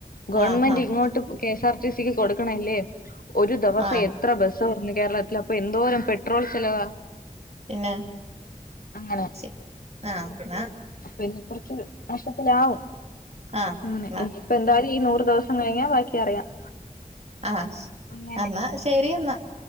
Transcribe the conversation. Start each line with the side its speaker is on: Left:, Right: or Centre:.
Left: ഗവൺമെന്റ്
Right: ആഹ് ആഹ്
Left: ഇങ്ങോട്ട് കെ സാർ ടിസ്സിക്ക് കൊടുക്കണല്ലേ ഒരു ദിവസം
Right: ആഹ്
Left: എത്ര ബസ്സും അന്ന് കേരളത്തില അപ്പൊ എന്തോരം പെട്രോൾ ചെലവാ
Right: എന്നാ
Left: അങ്ങനെ
Right: <unintelligible> ആ എന്നാ <unintelligible> <unintelligible>
Left: പിന്നെ കുറച്ചരു നഷ്ടത്തിലകും
Right: ആഹ്
Left: അങ്ങനെ
Right: ന്നാ
Left: ഇനിയിപ്പ എന്തായാലും ഈ നൂറ് ദിവസം ബാക്കി അറിയാം
Right: ആ
Left: അങ്ങനെ
Right: എന്നാ ശരി എന്നാ